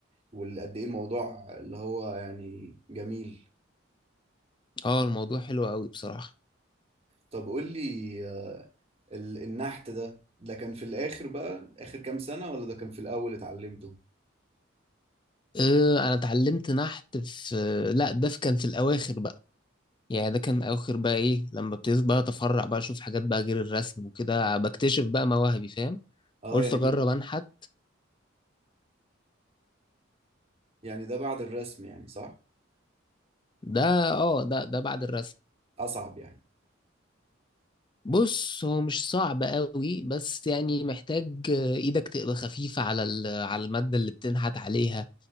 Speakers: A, on the right; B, on the left.
A: وقد ايه الموضوع اللي هو يعني جميل
B: اه الموضوع حلو قوي بصراحة
A: طب قول لي ال- النحت ده ده كان في الآخر بقى آخر كام سنة ولا ده كان في الأول اتعلمته؟
B: أه انا اتعلمت نحت في لا ده في- كان في الاواخر بقى يعني ده كان اخر بقى ايه لما ابتديت بقى اتفرع بقى اشوف حاجات بقى غير الرسم وكده بكتشف بقى مواهبي فاهم
A: اه
B: قلت
A: يعني
B: اجرب
A: إيه،
B: انحت
A: يعني ده بعد الرسم يعني صح؟
B: ده اه ده ده بعد الرسم
A: أصعب يعني
B: بص هو مش صعب قوي بس يعني محتاج آه، ايدك تبقى خفيفة على ال- على المادة اللي بتنحت عليها